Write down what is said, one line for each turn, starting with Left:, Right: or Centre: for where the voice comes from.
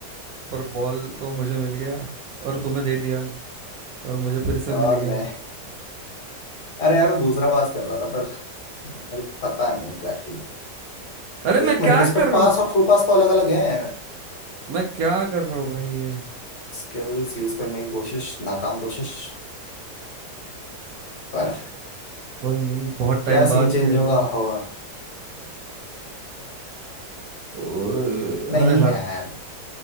Right: पर बॉल तो मुझे मिल गया और तुम्हें दे दिया और मुझे फिर से
Left: और
Right: मिल गया
Left: मैं अरे यार मैं दूसरा पास कर रहा था पर मुझे पता नहीं एग्जैक्टली exactly.
Right: अरे मैं
Left: एक
Right: क्या
Left: मिनट इस
Right: कर
Left: पे
Right: रहा
Left: पास
Right: हूँ
Left: और थ्रू पास तो अलग अलग हैं
Right: मैं क्या कर रहा हूँ भाई ये
Left: स्किल्स यूज करने की कोशिश नाकाम कोशिश पर
Right: कोई नहीं बहुत टाइम
Left: क्या
Right: बाद
Left: सीन चेंज
Right: खेल
Left: होगा
Right: रहा हूँ
Left: होगा
Right: ओए,
Left: नहीं
Right: अरे हाथ
Left: यार